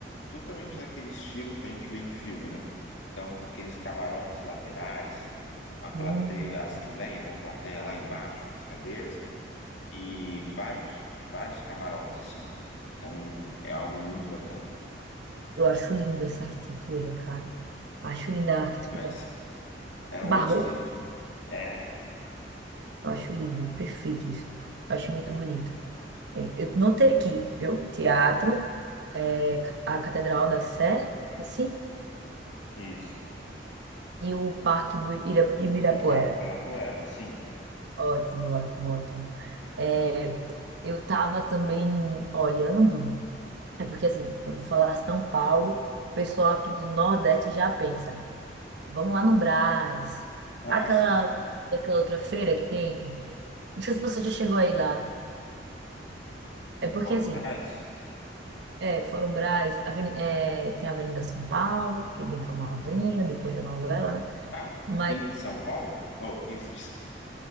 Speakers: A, on the left; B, on the right.
A: totalmente naquele estilo que a gente vê em filme, né? Então, aqueles camarotes laterais, a plateia,
B: hum,
A: a assembleia, né? A plateia lá embaixo com as cadeiras. e vários, vários camarotes, assim. Então é algo muito bacana.
B: eu acho linda essa arquitetura, cara. Acho linda a arquitetura.
A: Mas eram
B: Barroca,
A: outros tempos, né? É,
B: eu acho lindo, perfeito isso. Eu acho muito bonito. É, eu notei aqui, viu? Teatro, é, ca- a Catedral da Sé, assim,
A: isso.
B: e o Parque Bu- Ira- Ibirapuera.
A: E o Parque Ibirapuera, sim.
B: Ótimo, ótimo, ótimo. É, eu tava também olhando, é porque assim, quando falar São Paulo, o pessoal aqui do Nordeste já pensa, vamos lá no Brás,
A: Ah,
B: aquela,
A: sim.
B: daquela outra feira que tem. Não sei se você já chegou aí lá. É porque
A: Fora
B: assim.
A: o Brás.
B: É, Fora o Brás, aveni- é, tem a Avenida São Paulo, que é bem famosinha, depois da novela, né?
A: Ah,
B: Mas
A: quinze de São Paulo? Oh, 15 de... São-